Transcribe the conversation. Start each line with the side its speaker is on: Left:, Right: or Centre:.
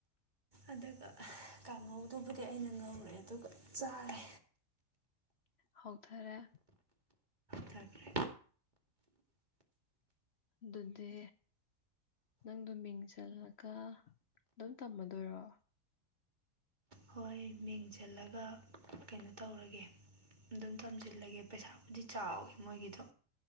Right: ꯑꯗꯨꯒ ꯀꯥꯡꯉꯧꯗꯨꯕꯨꯗꯤ ꯑꯩꯅ ꯉꯧꯔꯦ ꯑꯗꯨꯒ ꯆꯥꯔꯦ꯫
Left: ꯍꯧꯎꯊꯔꯦ꯫
Right: ꯇꯗꯦ꯫
Left: ꯗꯨꯗꯦ꯫ ꯅꯪꯗꯣ ꯃꯤꯡ ꯆꯜꯂꯒ ꯑꯗꯨꯝ ꯇꯝꯃꯗꯣꯏꯔꯣ꯫
Right: ꯍꯣꯏ ꯃꯤꯡ ꯆꯜꯂꯒ ꯀꯩꯅꯣ ꯇꯧꯔꯒꯦ ꯑꯗꯨꯝ ꯇꯝꯁꯤꯜꯂꯒꯦ ꯄꯩꯁꯥꯕꯨꯗꯤ ꯆꯥꯎꯏ ꯃꯣꯏꯒꯤꯗꯣ꯫